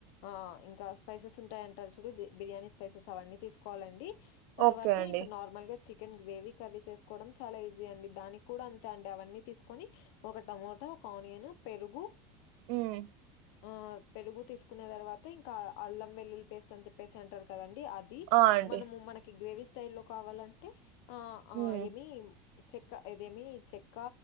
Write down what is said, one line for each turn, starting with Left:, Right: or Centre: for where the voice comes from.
Left: ఆ ఇంకా స్పైసెస్ ఉంటాయంటారు చూడు బిర్యానీ స్పైసెస్ అవన్నీ తీసుకోవాలండి తర్వాత
Right: ఓకే అండి.
Left: ఇంకా నార్మల్ గా చికెన్ గ్రేవీ కర్రీ చేసుకోవడం చాలా ఈజీ అండి దానికి కూడా అంతే అంటే అవన్నీ తీసుకొని ఒక టమోటా ఒక ఆనియన్ పెరుగు
Right: హ్మ్
Left: ఆ పెరుగు తీసుకున్న తర్వాత ఇంకా అల్లం వెల్లుల్లి పేస్ట్ అని చెప్పేసి అంటారు కదండి అ ది
Right: ఆ అండి
Left: మనము మనకి గ్రేవీ స్టైల్ లో కావాలంటే ఆ ఆ
Right: హ్మ్
Left: ఏమి చెక్క ఇదేమి చెక్ ఇక్క